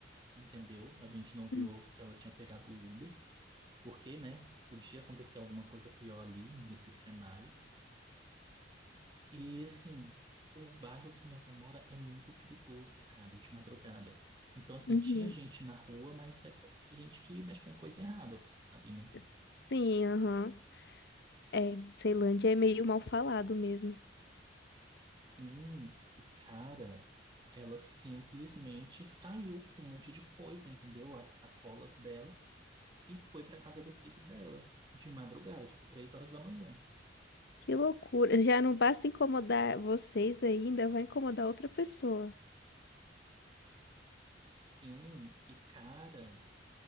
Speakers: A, on the right (about 25°); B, on the left (about 60°).
A: entendeu? A gente não viu
B: Uhum.
A: se ela tinha pegado o Uber, porque, né, podia acontecer alguma coisa pior ali nesse cenário. E assim, o bairro que minha avó mora é muito perigoso, cara, de madrugada. Então, assim,
B: Uhum.
A: tinha gente na rua, mas era gente que mexe com coisa errada, tu sabe, né?
B: Sim, aham. É, Ceilândia é meio mal falado mesmo.
A: Sim, e cara, ela simplesmente saiu com um monte de coisa, entendeu? As sacolas dela. E foi pra casa do filho dela, de madrugada, tipo, três horas da manhã.
B: Que loucura. Já não basta incomodar vocês aí, ainda, vai incomodar outra pessoa.
A: Sim, e cara,